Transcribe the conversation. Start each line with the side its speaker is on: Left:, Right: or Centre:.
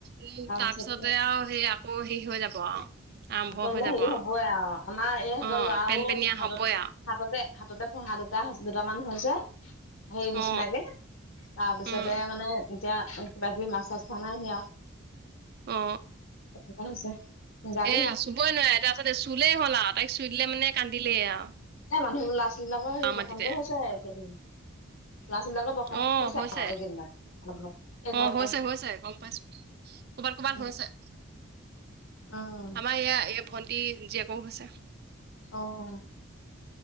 Right: উম
Left: তাৰপিছতে
Right: তাৰ পিছতে আৰু সেই আকৌ হেৰি হৈ যাব আৰু। আৰম্ভ
Left: আকৌ
Right: হৈ
Left: মানে
Right: যাব
Left: হেৰি হবই আৰু আ', ম এইহঁতৰ
Right: অ
Left: ল'ৰাও
Right: পেনপেনীয়া
Left: হাতত
Right: হবই আৰু
Left: হাততে হাততে ফহা দুটা দুটামান হৈছে। হেৰি নিচিনাকে
Right: অ
Left: তাৰপিছতে
Right: উম
Left: মানে এতিয়া কিবা কিবি মাছ চাছ খোৱা নাই সি
Right: অ
Left: আৰু হৈছে গ
Right: এ চুবই নোৱাৰে তাৰপাছততে চুলেই হ'ল আৰু তাইক চুইিলোনে কান্দিলেই আৰু।
Left: এ মানুহবোৰ লৰাোৱালীবিলাকৰ সেই
Right: আৰু
Left: বসন্ত
Right: মাটিতে
Left: হৈছে এতিয়া। ল'ৰা ছোৱালী বিলাকৰ বসন্ত
Right: অ' হৈছে
Left: আকৌ এইকেইদিনত অলপ অলপ এই গৰম
Right: অ' হৈছে হৈছে গম পাইছো। কবাৰ কোবাৰ
Left: উম
Right: হৈছে।
Left: উম
Right: আমাৰ ইয়া এই ভণ্টি জীয়েকো হৈছে।
Left: অহ,